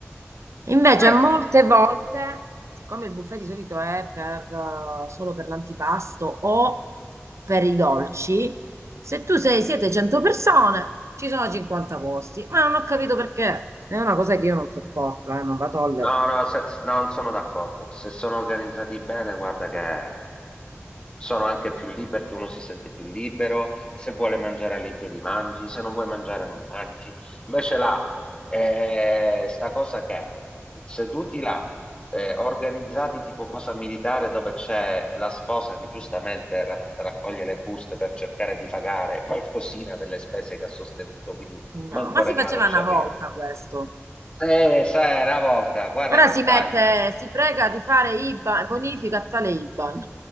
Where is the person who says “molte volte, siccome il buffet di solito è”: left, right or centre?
Right